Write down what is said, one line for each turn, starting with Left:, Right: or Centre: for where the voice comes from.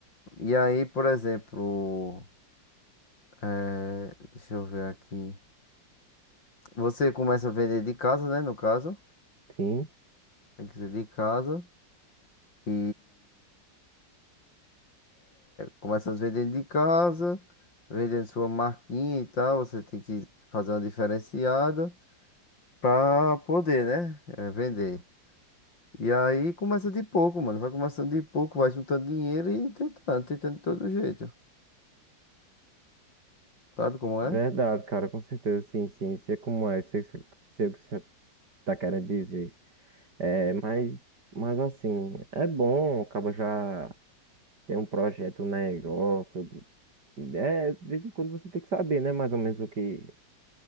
Left: E aí, por exemplo, é, deixa eu ver aqui. Você começa a vender de casa, né? No caso,
Right: sim.
Left: tem que ser de casa. e começando vendendo de casa, vendendo sua marquinha e tal. Você tem que fazer uma diferenciada pra poder, né? eh, vender. E aí começa de pouco, mano. Vai começando de pouco, vai juntando dinheiro e tentando, tentando de todo jeito. Sabe como
Right: Verdade,
Left: é?
Right: cara, com certeza, sim, sim. Sei como é, sei, sei, sei o que você tá querendo dizer. É, mas, mas assim, é bom, acaba já tem um projeto, um negócio. É, de vez em quando você tem que saber, né? Mais ou menos o que